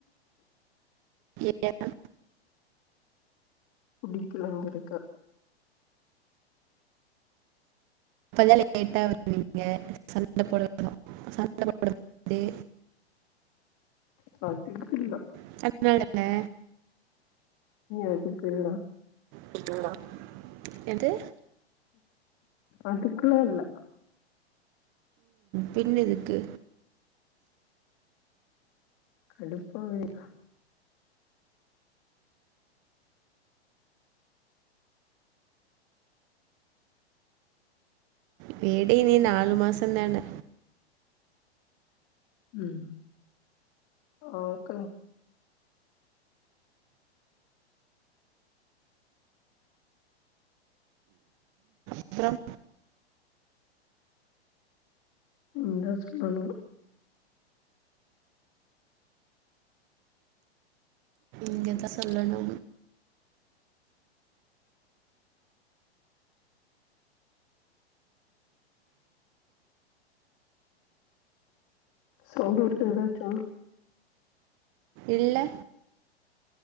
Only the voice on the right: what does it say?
ஏன்
இப்ப தா லேட்டா வந்திங்க சண்ட போடு போது
<unintelligible>
போய்டிங்களா எது
பின்னு எதுக்கு
விடு இனி நாலு மாசோ தானே
அப்புறம்
நீங்க தா சொல்லணு
இல்ல